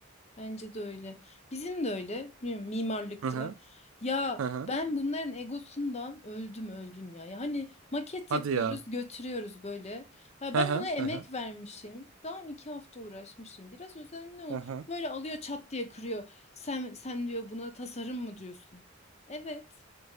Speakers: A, on the left; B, on the right.
A: Bence de öyle. Bizim de öyle. Bilmiyorum, mimarlıkta.
B: Hı hı.
A: Ya
B: Hı hı.
A: ben bunların egosundan öldüm öldüm ya. Yani maket
B: Hadi
A: yapıyoruz,
B: ya.
A: götürüyoruz böyle. Ha,
B: Hı
A: ben
B: hı.
A: ona emek
B: Hı hı.
A: vermişim. Tamam iki hafta uğraşmışım. Biraz özenli ol.
B: Hı hı.
A: Böyle alıyor çat diye kırıyor. Sen sen diyor buna tasarım mı diyorsun? Evet.